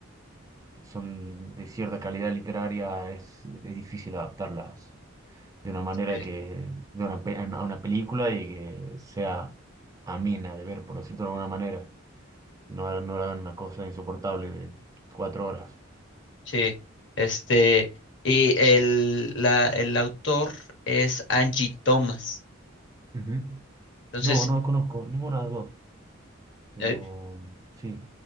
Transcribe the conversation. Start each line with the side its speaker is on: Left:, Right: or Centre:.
Right: que son de cierta calidad literaria, es, es difícil adaptarlas de una manera
Left: Sí.
Right: que, de una, pe- a una película y que sea amena de ver, por decirlo de alguna manera. No, no era una cosa insoportable de cuatro horas.
Left: Sí, este, y el, la, el autor es Angie Thomas.
Right: Ujú.
Left: Entonces,
Right: No, no conozco ninguna de las dos, pero
Left: eh,
Right: sí.